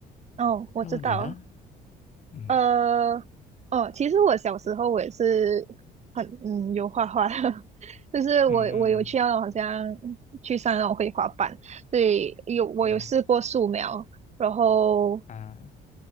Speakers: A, on the right; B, on the left.
A: 哦，我知道，
B: 那么你呢？嗯
A: 呃，哦，其实我小时候我也是很嗯有画画的，<laughs> 就是我我有去那种好像
B: 嗯
A: 去上那种绘画班，所以有我有试过素描，
B: 嗯嗯
A: 然后
B: 啊